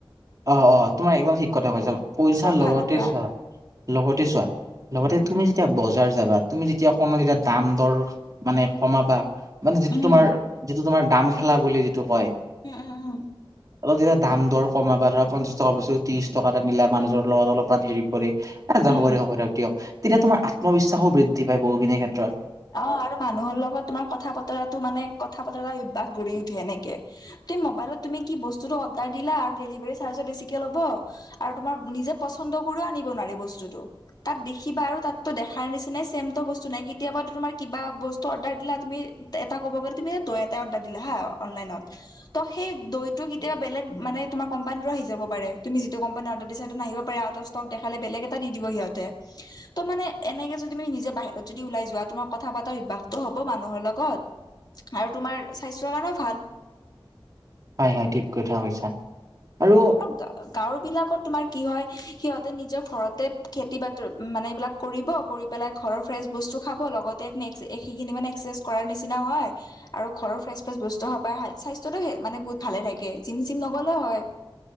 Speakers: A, on the right (about 40°); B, on the left (about 50°).
A: অ', - অ', তোমাৰ একদম ঠিক কথা কৈছা, পইচা
B: চব
A: লগতে
B: ফালৰ পৰা
A: চোৱা, লগতে চোৱা', লগতে তুমি যেতিয়া বজাৰ যাবা তুমি যেতিয়া অকণো যেতিয়া দাম দৰ মানে কমাবা', মানে যিটো
B: উম
A: তোমাৰ যিটো তোমাৰ দাম খেলা বুলি যিটো কয়
B: উম উম উম
A: অলপ যেতিয়া দাম দৰ কমাবা ধৰা পঞ্চাশ টকাৰ বস্তু ত্ৰিশ টকা আনিলা মানুহৰ লগত অলপমান হেৰি হ'ব দিয়ক
B: উম
A: হ'ব দিয়ক দিয়ক তেতিয়া তোমাৰ আত্মবিশ্বাসো বৃদ্ধি পায় বহুখিনিৰ ক্ষেত্ৰত
B: অ', আৰু মানুহৰ লগত তোমাৰ কথা বতৰাটো মানে কথা বতৰা অভ্যয়াস গঢ়ি উঠে এনেকে', - তুমি মোবাইলত তুমি কি বস্তুটো অৰ্ডাৰ দিলা আৰু ডেলিভাৰী চাৰ্জও বেছিকে ল'ব', আৰু তোমাৰ নিজে পচন্দ কৰিও আনিব নোৱাৰে বস্তুটো', তাত দেখিবা আৰু তাততো দেখাৰ নিচিনাই চছেম তটো বস্তু নাই কেতিয়াবা', তোমাৰ কিবা বস্তু অৰ্ডাৰ দিলা তুমি এটা ক'ব গ'লে তুমি দৈ এটাই অৰ্ডাৰ দিলা হা অনলাইনত', ত', সেই দৈ টো কেতিয়াব বেলেগ মানে তোমাৰ কোম্পানীতো আহিব যাব পাৰে তুমি যিটো কোম্পানী অৰ্ডাৰ দিছা সেইটো নাহিব পাৰে আউট অফ ষ্ট', ষ্টক দেখালে বেলেগে এটা দি দিব সিহঁতে, তাৰমানে এনেকে যদি তুমি নিজে বাহিৰত ওলাই যোৱা তোমাক', কথা পাতাৰ অভ্যাসটো হ'ব মানুহৰ লগত আৰু তোমাৰ স্বাস্থ্যৰ কাৰণে ভাল',
A: হয়', - হয়', ঠিক কথা কৈছা আৰু',
B: অহ', গাঁওৰ বিলাকত তোমাৰ কি হয় সিহঁতে নিজৰ ঘৰতে খেতি বাতি মানে এইবিলাক কৰিব, কৰি', পেলাই, ঘৰৰ ফ্ৰেছ বস্তু খাব লগতে নে্স সেইখি', -খিনি', মানে এক্সেছ কৰাৰ নিচিনা হয় ', আৰু ঘৰৰ ফ্ৰেছ ফ্ৰেছ বস্তু হাপায় খাই স্বাস্থ্যতটোে মানে বহুত ভালে থাকে জিম চিম নগলে হয়',